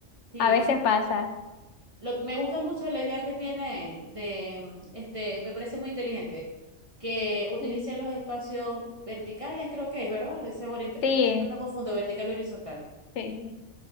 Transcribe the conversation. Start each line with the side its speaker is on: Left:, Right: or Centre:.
Right: Sí,
Left: A veces pasa.
Right: lo, me gusta mucho la idea que tiene él de, mm, este, me parece muy inteligente que utilice
Left: Mm.
Right: los espacios verticales, creo que es, ¿verdad? Ese es orienta-
Left: Sí,
Right: Siempre me confundo vertical y horizontal.
Left: sí.